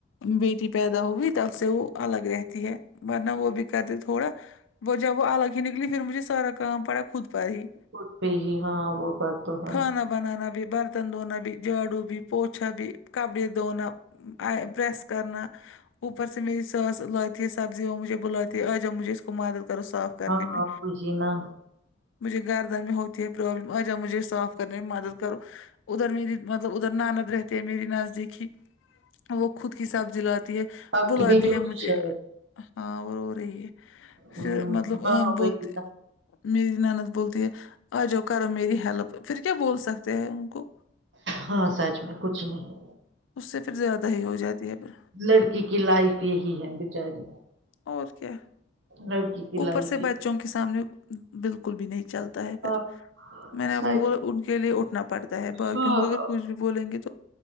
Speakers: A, on the left; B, on the right.
A: بیٹی پیدا ہوئی تب سے وہ الگ رہتی ہے ورنہ وہ بھی کرتے تھوڑا وہ جب وہ الگ ہی نکلی پھر مجھے سارا کام پڑا خود پر ہی
B: ک پی ہی ہاں وہ بات تو ہے
A: کھانا بنانا بھی برتن دھونا بھی جھاڑو بھی پوچھا بھی کپڑے دھونا پریس کرنا اوپر سے میری ساس لاتی ہے سبزیا وہ مجھے بلاتی آجب مجھے اس کو مدد کرو صاف کرنے
B: ہاں
A: میں
B: وہی نا
A: مجھے گھردن میں ہوتی ہے پرابلم آ جاؤ مجھے صاف کرنے میں مدد کرو ادھر میری مطلب اد ادھر ناند رہتے ہیں میری نزدیکی وہ خود کی سبزی لاتی ہے
B: آپ
A: بلاتی
B: کی بیٹی اٹھی
A: ہے مجھے
B: شاید
A: ہاں وہ ر رہی ہے
B: ہوں
A: پھر مطلب
B: ہاں
A: بولتے
B: وہی نا
A: میری نند بولتی ہے آ جاؤ کرو میری ہیلپ پھر کیا بول سکتے ہیں ان کو
B: ہاں سچ میں کچھ نہیں
A: اس سے پھر زیادہ ہی ہو جاتی ہے پھر
B: لڑکی کی لائف یہی ہے بچاری
A: اور کیا
B: لڑکی کی
A: اوپر
B: لائف
A: سے
B: ہی
A: بچوں کے سامنے بالکل بھی نہیں چلتا ہے پھر
B: ہاں
A: میں نے آپکو
B: سچ
A: بولا
B: میں
A: ان کے لیے اٹھنا پڑتا ہے باقیوں
B: ہاں
A: کو اگر کچھ بھی بولیں گے تو